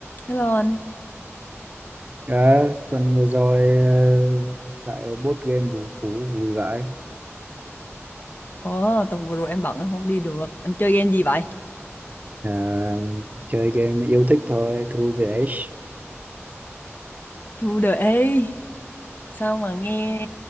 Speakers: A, on the left; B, on the right.
A: Hello anh.
B: Đã, tuần vừa rồi ờ, lại board game vũ phú vui vãi
A: Ồ, tuần vừa rồi em bận em không đi được. Anh chơi game gì vậy?
B: Ờ, chơi game yêu thích thôi Through the Age
A: True the A. Sao mà nghe